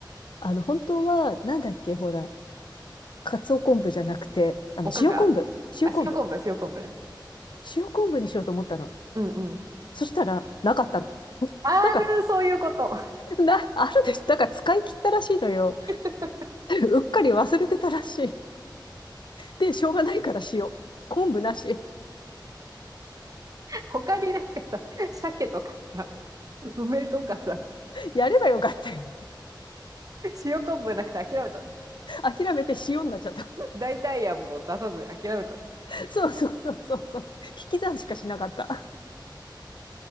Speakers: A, on the left; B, on the right.
A: あの、本当は、なんだっけ、ほら、かつお昆布じゃなくて、あの、
B: おかかあ、
A: 塩昆布。塩昆布。
B: 塩昆布、塩昆布ね。
A: 塩昆布にしようと思ったの。
B: うんうん。
A: そしたら、なかったの。<laughs>
B: ある、
A: なんか、
B: そういうこと。
A: な、あるでしょ。なんか使い切ったらしいのよ。
B: <laughs>
A: <laughs> うっかり忘れてたらしい。で、しょうがないから塩。昆布なし。
B: 他になんかさ、鮭とかさ、梅とかさ、
A: <laughs> やればよかったよ。
B: 塩昆布なくて諦めたの。
A: 諦めて塩になっちゃった。
B: 代替案も出さずに諦めたの。
A: <laughs> そうそうそうそうそう。引き算しかしなかった。